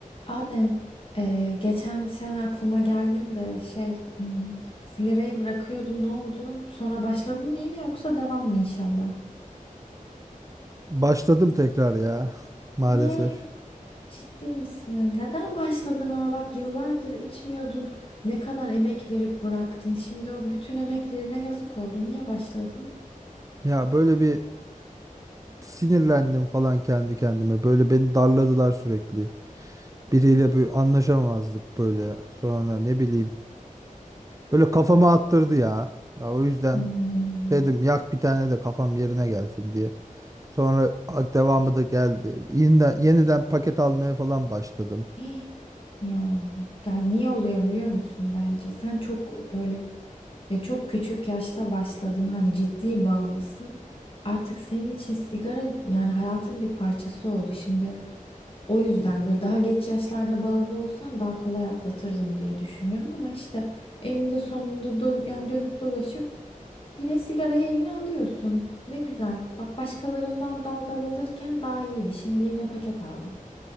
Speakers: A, on the left; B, on the right.
A: Adem, eee, geçen sen aklıma geldin de şey, hmm, sigarayı bırakıyordun ne oldu? Sonra başladın mı yine yoksa devam mı inşallah?
B: Başladım tekrar ya maalesef.
A: Ne? Ciddi misin? Neden başladın ama bak yıllardır içmiyordun. Ne kadar emek verip bıraktın. Şimdi o bütün emeklerine yazık oldu. Niye başladın?
B: Ya böyle bir sinirlendim falan kendi kendime. Böyle beni darladılar sürekli. Biriyle bir anlaşamamazlık böyle. Sonra ne bileyim. Böyle kafama attırdı ya. Ya o yüzden
A: Hmm.
B: dedim yak bir tane de kafam yerine gelsin diye. Sonra ak- devamı da geldi. Yeniden, yeniden paket almaya falan başladım.
A: <gasps> Hih. Ya, ya niye oluyor biliyor musun bence? Sen çok böyle Ve çok küçük yaşta başladın hani ciddi bağımlısın. Artık senin için sigara yani hayatın bir parçası oldu. Şimdi o yüzden böyle daha geç yaşlarda bağımlı olsan daha kolay atlatırdın diye düşünüyorum. Ama işte elinde sonunda dö- yani dönüp dolaşıp yine sigarayı eline alıyorsun. Ne güzel. Bak başkalarından dal dal alırken daha iyiydi. Şimdi yine paket aldın.